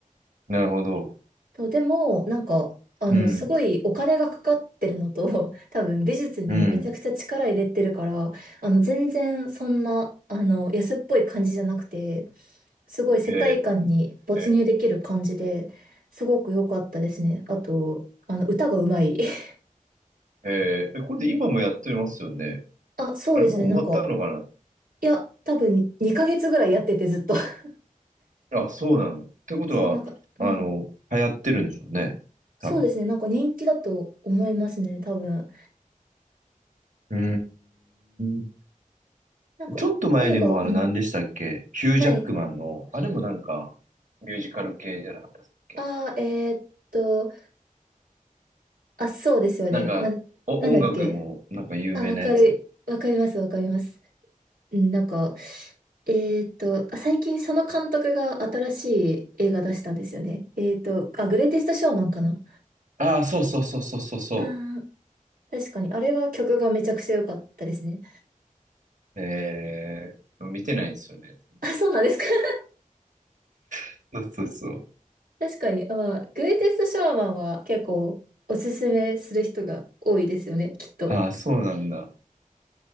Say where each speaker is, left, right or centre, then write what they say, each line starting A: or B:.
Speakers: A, on the right (about 60°); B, on the right (about 85°).
A: なるほど。
B: そう、でも、なんか、あの、
A: うん、
B: すごいお金がかかってるのと、<laughs> 多分美術にめちゃくちゃ力入れてるから、
A: うん。
B: あの、全然そんな、あの、安っぽい感じじゃなくて、すごい世界観に没入できる感じで、
A: へえ、
B: すごく良かったですね。あと、あの、歌がうまい。<laughs>
A: へえ、えこれで今もやってますよね。
B: あ、そうですね、
A: あれ、もう終わったのか
B: なんか、いや、多分2ヶ月ぐらいやっててずっと。<laughs>
A: なあ、そうなんだ。ってことは、
B: そう、なんか、うん。
A: あの、流行ってるんでしょうね。多分。
B: そうですね、なんか人気だと思いますね、多分。
A: うーん。
B: なんか、
A: ちょっと前にもあの何でしたっけヒュージャックマンの、
B: 映画、うん。はい。
A: あれもなんかミュージカル系じゃなかったっけ
B: ああ、えーっと、あ、そうですよね。
A: なんか、
B: な、
A: お、
B: なんだっけ。
A: 音楽もなんか有名なやつ。
B: あ、わかる、わかります、わかります。うん、なんか、えーっと、あ最近その監督が新しい映画出したんですよね。えーっと、あ、グレイテストショーマンかな。
A: ああ、そうそうそうそうそうそ
B: ああ、確かに。あれは曲がめちゃくちゃ良かったですね。
A: う。えー、見てないんですよね。
B: あ、そうなんですか。<laughs>
A: <laughs> そうそうそう。
B: 確かに。あ、まあ、グレイテストショーマンは結構おすすめする人が多いですよね、きっと。
A: ああ、そうなんだ。